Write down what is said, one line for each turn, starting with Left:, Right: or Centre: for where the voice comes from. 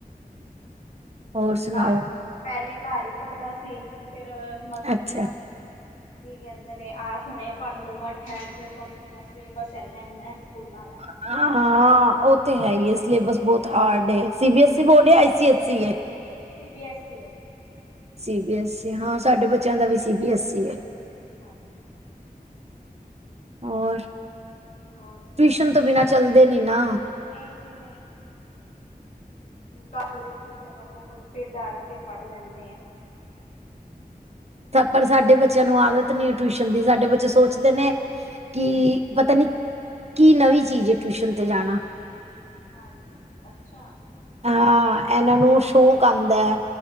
Right: ਹੋਰ ਸੁਣਾਓ
Left: ਘਰ ਪਹਿਲੇ ਘਰ ਹੀ ਪੜ੍ਹਦਾ ਸੀ ਫਿਰ ਮਸਤੀਆਂ
Right: ਅੱਛਾ
Left: ਕੀ ਕਹਿੰਦੇ ਨੇ ਆਹ ਹੁਣੇ ਪੜ੍ਹ ਲੂੰਗਾ ਠਹਿਰ ਕੇ ਪੜ੍ਹ ਲੂੰਗਾ ਸਿਲੇਬਸ ਇੰਨਾ ਇੰਨਾ ਸਕੂਲਾਂ ਦਾ
Right: ਹ ਹਾਂ ਉਹ ਤੇ ਹੈ ਹੀ ਹੈ ਸਿਲੇਬਸ ਬਹੁਤ ਹਾਰਡ ਏ C B S C board
Left: ਹਾਂਜੀ
Right: ਏ ਆਈ ਸੀ ਐਸ ਸੀ ਏ
Left: ਸੀ ਬੀ ਐੱਸ ਈ ਹੈ ਜੀ
Right: ਸੀ ਬੀ ਐੱਸ ਹਾਂ ਸਾਡੇ ਬੱਚਿਆਂ
Left: ਹਾਂਜੀ
Right: ਦਾ ਵੀ ਸੀ ਬੀ ਐੱਸ ਈ ਏ
Left: ਹਾਂਜੀ
Right: ਹੋਰ
Left: ਹੋਰ ਸੁਣਾਓ
Right: ਟਿਊਸ਼ਨ ਤੋਂ ਬਿਨਾਂ ਚਲਦੇ ਨੀ ਨਾ
Left: ਨਹੀਂ ਜੀ ਨਹੀਂ ਘਰ ਪੜ੍ਹਦੇ ਟਿਊਸ਼ਨ ਵਾਲੀਆਂ ਕੋਲੋਂ ਫੇਰ ਡਰ ਕੇ ਪੜ੍ਹ ਲੈਂਦੇ ਆ
Right: ਪਰ ਸਾਡੇ ਬੱਚਿਆਂ ਨੂੰ ਆਦਤ ਨੀ ਟਿਊਸ਼ਨ ਦੀ ਸਾਡੇ ਬੱਚੇ ਸੋਚਦੇ ਨੇ ਕੀ ਪਤਾ ਨੀ ਕੀ ਨਵੀਂ ਚੀਜ਼ ਹੈ ਟਿਊਸ਼ਨ ਤੇ ਜਾਣਾ
Left: ਹਾਂਜੀ ਅੱਛਾ
Right: ਹਾਂ ਇਹਨਾਂ ਨੂੰ ਸ਼ੌਕ ਆਉਂਦਾ ਹੈ